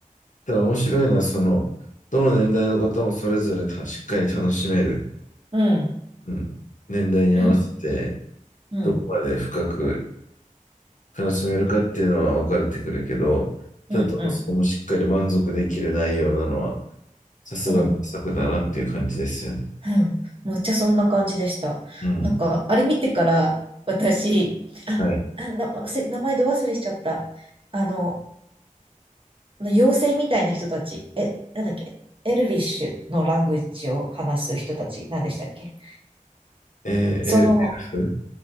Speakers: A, on the left; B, on the right.
A: ただ面白いのは、その、どの年代の方もそれぞれたしっかり楽しめる、
B: うん。
A: うん、年代に合わせて、
B: うん。うん。
A: どこまで深く楽しめるかっていうのは分かれてくるけど、ただ、
B: うん。
A: どうしてもしっかり満足できる内容なのは、
B: うん。
A: さすが名作だなっていう感じですよね。
B: うん。うんむっちゃそんな感じでした。
A: うん。
B: なんか、あれ見てから私、あ、
A: はい。
B: あ、な、せ名前ど忘れしちゃった。あの、あの妖精みたいな人たち、え、なんだっけ、エルビッシュのラングエッジを話す人たち、なんでしたっけ。
A: えー、
B: その、
A: エルエルフ